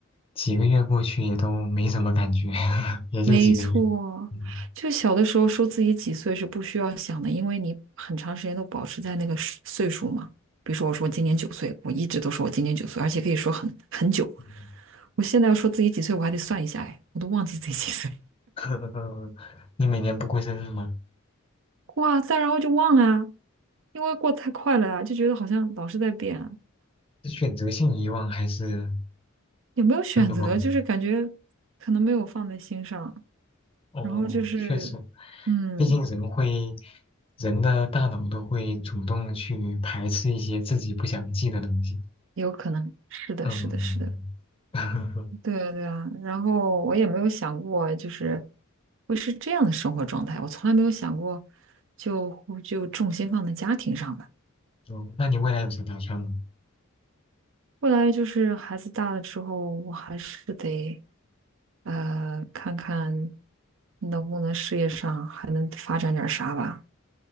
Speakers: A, on the left (about 25°); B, on the right (about 65°).
A: 几个月过去也都没什么感觉，<laughs> 也就几个月。
B: 没错，
A: 嗯
B: 就小的时候说自己几岁是不需要想的，因为你很长时间都保持在那个时岁数嘛。比如说，我说我今年九岁，我一直都说我今年九岁，而且可以说很很久。
A: 嗯，
B: 我现在要说自己几岁，我还得算一下，哎，我都忘记自己几岁。
A: <laughs> 你每年不过生日吗？
B: 哇塞，然后就忘了啊，因为过得太快了啊，就觉得好像老是在变啊
A: 是选择性遗忘还是
B: 有没有选择，
A: 真的忘了？
B: 就是感觉可能没有放在心上，
A: 哦，
B: 然后就是，
A: 确实，
B: 嗯，
A: 毕竟人会，人的大脑都会主动去排斥一些自己不想记的东西。
B: 有可能是的，
A: 嗯，
B: 是的，是的。
A: <laughs>
B: 对啊，对啊，然后我也没有想过，就是会是这样的生活状态，我从来没有想过就，就重心放在家庭上吧。
A: 哦那你未来有什么打算吗？
B: 后来就是孩子大了之后，我还是得呃看看能不能事业上还能发展点儿啥吧。